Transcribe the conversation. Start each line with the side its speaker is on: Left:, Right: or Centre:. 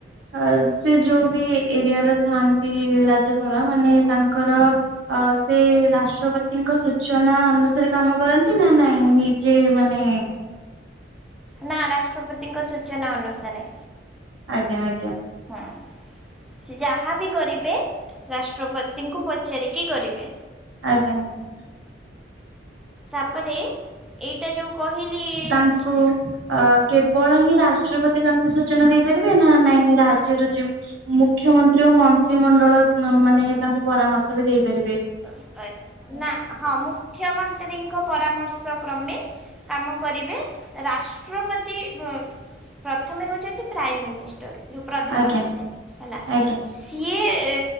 Right: ଆଉ ସେ ଯୋଉ ବି ଏରିଆର ଥାଆନ୍ତି ରାଜ ପାଳ ମାନେ
Centre: ନା
Right: ତାଙ୍କର ଅ, ସେ ରାଷ୍ଟ୍ରପତିଙ୍କ ସୂଚନା ଅନୁସାରେ କାମ କରନ୍ତି ନା ନାଇଁ? ଏମି ଯେ ମାନେ
Centre: ନା ରାଷ୍ଟ୍ରପତିଙ୍କ ସୂଚନା ଅନୁସାରେ।
Right: ଆଜ୍ଞା, ଆଜ୍ଞା।
Centre: ହଁ ସେ ଯାହାବି କରିବେ ରାଷ୍ଟ୍ରପତିଙ୍କୁ ପଚାରିକି କରିବେ।
Right: ଆଜ୍ଞା, ଆଜ୍ଞା।
Centre: ତା ପରେ ଏଇଟା ଯୋଉ କହିଲି
Right: ତାଙ୍କୁ
Centre: ଉଁ
Right: ଅ, କେବଳ ହିଁ ରାଷ୍ଟ୍ରପତି ତାଙ୍କୁ ସୁ ସୂଚନା ଦେଇପାରିବେ ନା ନାଇଁ ରାଜ୍ୟର ଯୋଉ ମୁଖ୍ୟମନ୍ତ୍ରୀ ଓ ମନ୍ତ୍ରିମଣ୍ଡଳ ଅ, ମାନେ ତାଙ୍କୁ ପରାମର୍ଶ ବି ଦେଇପାରି
Centre: ଏମ୍ -ଏ -ନା ହଁ ମୁଖ୍ୟମନ୍ତ୍ରୀଙ୍କ ପରାମର୍ଶ କ୍ରମେ କାମ କରିବେ ରାଷ୍ଟ୍ରପତି ପ୍ର ପ୍ରଥମେ ହେଉଛନ୍ତି ପ୍ରାଇ ମିନିଷ୍ଟର। ଯୋଉ ପ୍ରଧାନମନ୍ତ୍ରୀ
Right: ଆଜ୍ଞା
Centre: ହେଲା
Right: ଆଜ୍ଞା
Centre: ସିଏ ଏ